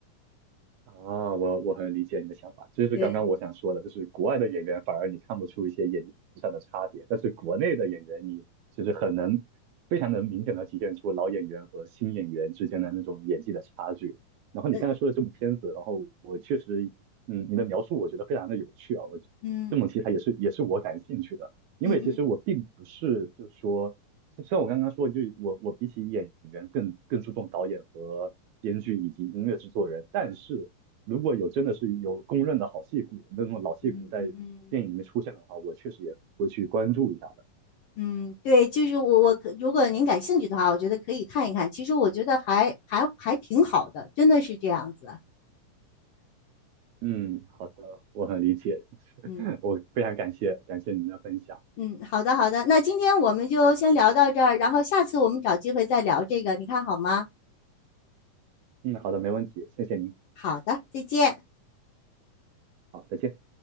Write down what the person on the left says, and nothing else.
对，
<laughs> 呃，
嗯
嗯嗯
嗯嗯嗯
嗯，对，就是我我可如果您感兴趣的话，我觉得可以看一看。其实我觉得还还还挺好的，真的是这样子。
嗯。
嗯，好的好的，那今天我们就先聊到这儿，然后下次我们找机会再聊这个，你看好吗？
好的，再见。